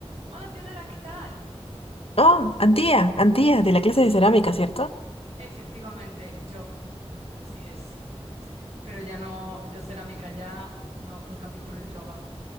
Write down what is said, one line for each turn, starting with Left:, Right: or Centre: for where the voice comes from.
Right: Hola Fiorella, ¿qué tal?
Left: Oh, Antía, Antía, de la clase de cerámica, ¿cierto?
Right: Efectivamente, yo. Así es. Pero ya no, yo cerámica ya no, lo cambié por el yoga.